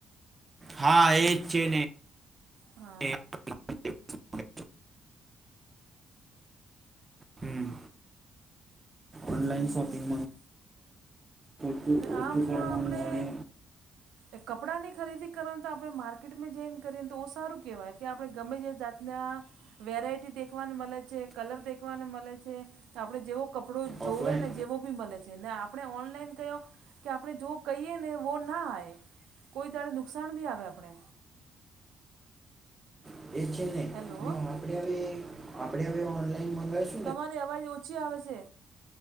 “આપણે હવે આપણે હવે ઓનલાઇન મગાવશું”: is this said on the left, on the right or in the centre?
Right